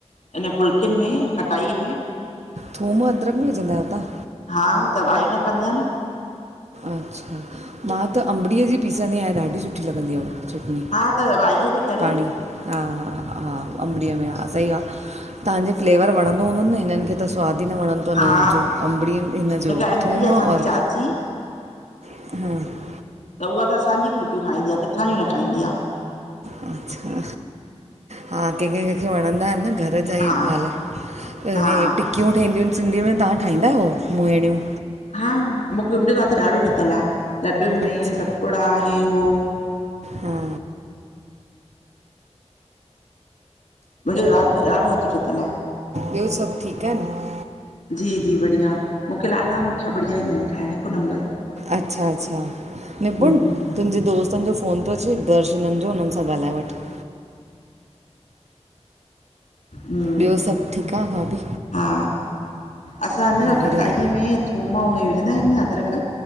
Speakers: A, on the left (about 80°); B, on the right (about 70°).
A: इन फुल्कनि में खटाईअ में
B: थूम, अदरक बी विझंदा आहियो तहाँ?
A: हा त वाई न कंदी आहे न।
B: अच्छा मां त अंबड़ीअ जी पीसंदी आहियां ॾाढी सुठी लॻंदी आहे उहा। चटनी
A: हा त भाईअ जे करे
B: पाणी, हा -हा हा, अंबडीअ में हा सही आहे तव्हांजे फ्लेवर वणंदो हूदो हूंदनि, ‌हिननि खे त सवादु ई न वणं त हुननि
A: हा
B: जो अंबड़ीुनि हिनजो
A: हिकु आंटी
B: थूम
A: आ असांजी
B: और
A: चाची
B: <inaudible>
A: त उहा त असांजी फुलकियूं खाईंदी आह। किथां ज न खाईंदी आहे।
B: अच्छा, हा कंहिंखे कंहिंखे वणंदा आहिनि न। घर जा ई
A: हा
B: माल, त इहे
A: हा
B: टिकियूं ठहंदियूं आहिनि सिंधीअ में तव्हां ठाहींदा आहियो मुहेड़ियूं?
A: हा मूंखे मुंहिंजो हथ ॾाढो ठहितलु आह। लॾडुनि में
B: अच्छा
A: सतपुड़ा हे हो
B: हा
A: मुंहिंजो ॾ ॾाढो हथु ठहितछल आहे।
B: ॿियो सभु ठीकु आहिनि?
A: जी जी बढ़िया मूंखे लाॾवा मुठा बढ़िया ईंदा आहिनि ठाहिण हिकु नंबर।
B: अच्छा- अच्छा निपुण
A: हम्म
B: तुंहिंजे दोस्तनि जो फ़ोन थो अचे दर्शननि जो हुननि सां ॻाल्हाए वठि।
A: हम्म
B: ॿियो सभु ठीकु आहे भाभी?
A: हा असांञा
B: गुड़िया
A: खटाईअ में थूम ऐं इहे विझंदा आहियू न अदरक